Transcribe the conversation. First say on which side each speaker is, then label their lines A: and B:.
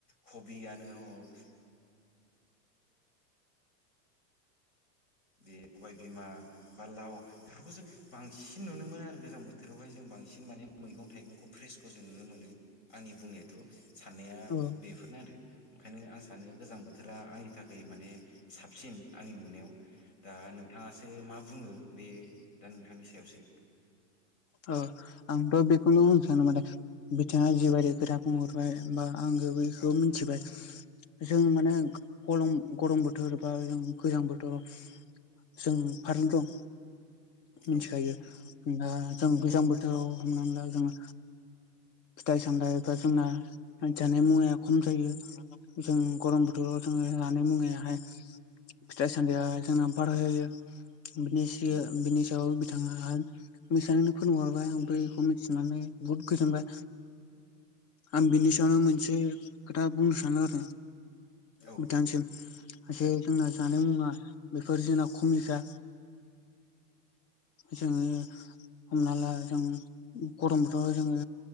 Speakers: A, on the left (about 55°); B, on the left (about 30°).
A: कबियानो हक बे सबाय बिमा बा लाव बेफोरखौ जों बांसिन नुनो मोनो आरो गोजां बोथोरावहाय जों बांसिन माने मैगं थाइगंखौ फ्रेसखौ जों नुनो मोनो आंनि बुंनायाथ' साननाया
B: औ
A: बेफोर नो आरो ओंखायनो आं सानो गोजां बोथोरा आंनि थाखाय माने साबसिन आंनि नुनायाव दा नोंथाङासो मा बुङो बे दा नोंथांनि सायावसो
B: ओ आंथ' बेखौनो बुंनो सानो माने बिथाङा जिबायादि खोथा बुंहरबाय बा आंङो बैखौ
A: औ
B: मिथिबाय जों माने कलम गरम बोथोर बा जों गोजां बोथोर जों फारनो दं मिथिखायो
A: औ
B: दा जों गोजां बोथोराव हमनानैला जोङो फिथाइ सामथाइबा जोंना मान जानाय मुवाया खम जायो जों गरम बोथोराव जोङो जानाय मुङाहाय फिथाइ सान्दिया जों बारा जायो। बिनि इसे
A: औ
B: बिनिसायाव बिथाङा मिसानिनो फोरोंहर? आं बैखौ मिथिनानै बुहुद गोजोनबाय आं बिनि सायावनो मोनसे खोथा बुंनोसानो आरो
A: औ
B: बिथांनिसिम जे जों जानाय मुङा बेफोर जोंना खमिखा जोङो हमना ला जों गरमबोथोराव जोङो